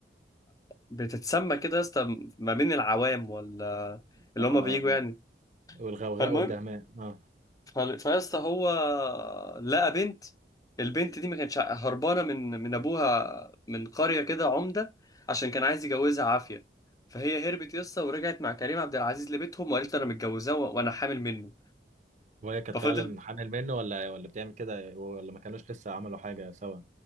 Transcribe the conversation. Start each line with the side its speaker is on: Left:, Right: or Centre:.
Left: بتتسمى كده يا اسطى ما بين العوام ولا اللي
Right: اه
Left: هما
Right: آه،
Left: بييجوا
Right: آه.
Left: يعني
Right: والغوغاء
Left: فالمهم
Right: والدهماء اه
Left: ف- فيا اسطى هو لقى بنت البنت دي ما كانتش ع- هربانة من من أبوها من قرية كده عمدة عشان كان عايز يجوزها عافية فهي هربت يا اسطى ورجعت مع كريم عبد العزيز لبيتهم وقالت له أنا متجوزاه و- وأنا حامل منه
Right: وهي كانت
Left: ففضل
Right: فعلا حامل منه ولا ولا بتعمل كده ولا ما كانوش لسه عملوا حاجه سوا